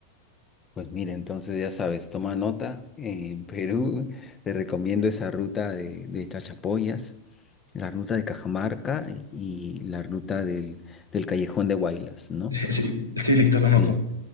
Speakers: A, on the left; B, on the right.
A: Pues mira, entonces ya sabes, toma nota, en Perú te recomiendo esa ruta de, de Chachapoyas, la ruta de Cajamarca y la ruta del, del Callejón de Huaylas, ¿no?
B: Sí, sí, listo, lo
A: Sí.
B: noto.